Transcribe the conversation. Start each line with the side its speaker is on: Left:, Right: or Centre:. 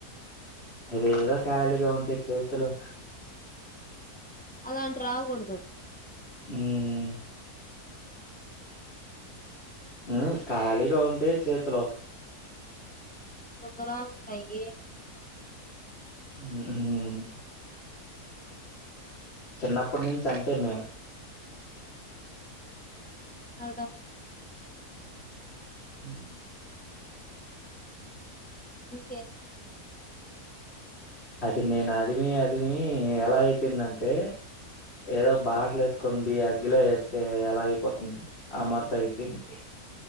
Left: అది ఏదో ఖాళీగా ఉంటే చేతులు
Centre: అలాంటివి రావకూడదు
Left: హ్మ్ ఉ ఖాళీగా ఉంటే చేతులో
Centre: తొందర ఉంటాయి
Left: ఉహ్ చిన్నప్పటి నుంచి అంతే మేం
Centre: అర్ధం
Left: హ్
Centre: ఓకే
Left: అది నేను అదిమి అదిమి ఎలా అయిపోయిందంటే ఏదో బాటలు ఎత్తుకోని బోయి అగ్గిలో వేస్తే ఎలా అయిపోతుంది ఆమర్తా అయిపోయింది